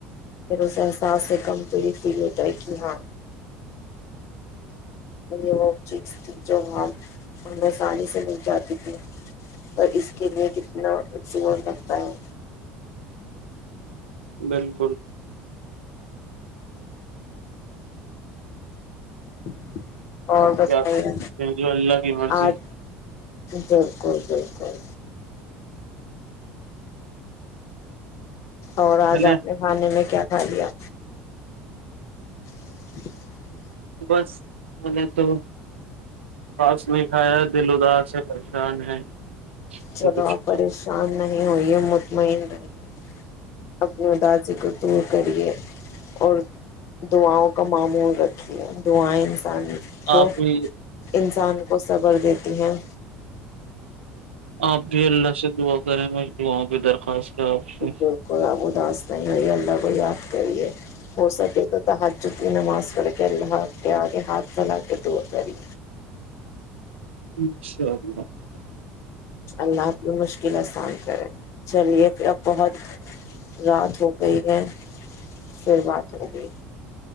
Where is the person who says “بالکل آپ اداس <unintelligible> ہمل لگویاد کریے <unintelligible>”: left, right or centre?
Left